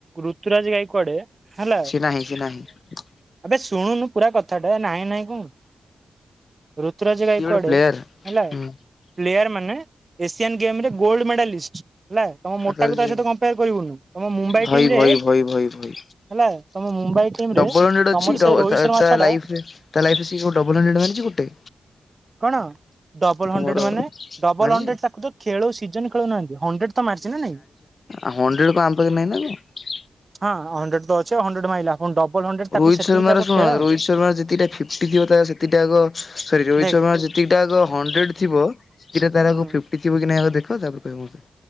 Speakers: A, on the right (about 35°); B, on the left (about 50°).
A: ଋତୁରାଜ ରଇ କୁଆଡେ ହେଲା
B: ସିଏ ନାହିଁ, ସିଏ ନାହିଁ।
A: ଏବେ ଶୁଣୁନୁ ପୁରା କଥାଟା ନାହିଁ ନାହିଁ କଣ ହୋଉଚୁ। ଋତୁରାଜ
B: ସିଏ
A: ଗାଈ
B: ଗୋଟେ
A: କୁଆଡେ
B: ପ୍ଲେୟାର
A: ହେଲା
B: ହୁଁ
A: ପ୍ଲେୟାର ମାନେ ଏସିଆନ୍ ଗେମ ରେ ଗୋଲ୍ଡ ମେଡାଲିଷ୍ଟ। ହେଲା ତୁମ ମୋଟା
B: ଆଉ ତାହେଲେ
A: କୁ ତା ସହିତ କମ୍ପେୟାର କରିବୁନି, ତୁ ମ ମୁମ୍ବାଇ
B: ଭଇ
A: ଟିମ ରେ
B: ଭଇ
A: ହେଲା
B: ଭଇ ଭଇ ଭଇ
A: ତମେ ମୁମ୍ବାଇ ଟିମ
B: ଡବଲ
A: ରେ
B: ହଣ୍ଡ୍ରେଡ
A: ତମର
B: ଅଛି
A: ସେଇ ରୋହିତ ଶମା
B: ତା
A: ଛଡ଼ା
B: ଲାଇଫରେ ତା ଲାଇଫ୍ ରେ ସେ ଗୋଟେ ଡବଲ <unintelligible> ମାରିଚି ଗୋଟେ।
A: କଣ? ଡବଲ
B: ତମର
A: ହଣ୍ଡ୍ରେଡ ମାନେ ଡବଲ
B: ମାରିଛି
A: ହଣ୍ଡ୍ରେଡ ତାକୁ ତ ଖେଳ ସିଜନ ଖେଳୁନାହାନ୍ତି, ହଣ୍ଡ୍ରେଡ ତ ମାରିଛି ନା ନାଇଁ?
B: ଆଉ ହଣ୍ଡ୍ରେଡ କଣ ଆମ ପାଖରେ ନାଇଁ। <unintelligible>
A: ହଁ ହଣ୍ଡ୍ରେଡ ତ ଅଛି ଆଉ ହଣ୍ଡ୍ରେଡ ମାଇଲା, ପୁଣି ଡବଲ ହଣ୍ଡ୍ରେଡ ତାକୁ
B: ରୋହିତ
A: ସେତିକି
B: ଶର୍ମାର
A: ତାକୁ
B: ଶୁଣ
A: ଖେଳାଅ।
B: ରୋହିତ ଶର୍ମା ଯେତିକିଟା ଫିଫ୍ଟି ଥିବ ସେତିଟା ଆଗ ସରିଯିବ ରୋହିତ
A: ଦେଖ
B: ଶର୍ମା ଯେତିକିଟା ଆଗ ହଣ୍ଡ୍ରେଡ ଥିବ ସେତିକିରେ ତାର
A: ହୁଁ
B: ଆଗ ଫିଫ୍ଟି ଥିବ କି ନାଇଁ ଆଗ ଦେଖ, ତାପରେ କହିବ ମତେ।